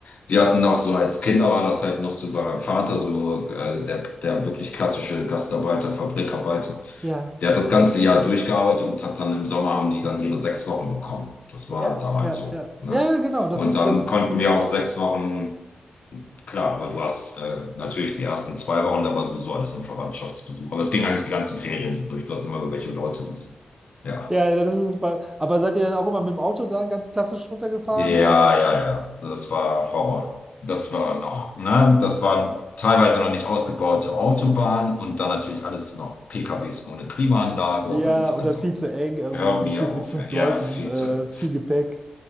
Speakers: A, on the left; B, on the right.
A: Wir hatten noch so, als Kinder war das halt noch so bei meinem Vater, so äh, der, der wirklich klassische Gastarbeiter, Fabrikarbeiter.
B: Ja,
A: Der hat das ganze Jahr durchgearbeitet und hat dann im Sommer haben die dann ihre sechs Wochen bekommen. Das
B: ja,
A: war damals
B: ja,
A: so.
B: ja.
A: Ne?
B: Ja, genau, das
A: Und
B: ist,
A: dann
B: das
A: konnten
B: ist,
A: wir auch sechs Wochen, klar, aber du hast äh, natürlich die ersten zwei Wochen, da war sowieso alles nur Verwandtschaftsbesuch. Aber es ging eigentlich die ganzen Ferien so durch. Du hast immer welche Leute besucht. Ja.
B: ja, ja, das ist bei, aber seid ihr dann auch immer mit dem Auto da ganz klassisch runtergefahren
A: Ja,
B: oder?
A: ja, ja, das war Horror. Das war noch, ne, das waren teilweise noch nicht ausgebaute Autobahnen und dann natürlich alles noch PKWs ohne Klimaanlage
B: Ja,
A: und
B: oder
A: also
B: viel zu eng, irgendwie
A: hör mir
B: gefühlt
A: auf,
B: mit fünf
A: ey.
B: Leuten,
A: ja, 14.
B: äh, viel Gepäck.